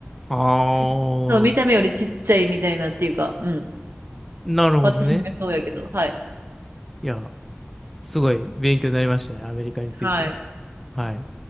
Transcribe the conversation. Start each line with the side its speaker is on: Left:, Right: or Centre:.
Centre: ああ、
Right: ち、そう、見た目よりちっちゃいみたいなっていうか、うん。
Centre: なるほどね。
Right: 私の予想やけど、はい。
Centre: いや、すごい勉強になりましたね。アメリカについて。
Right: はい。
Centre: はい。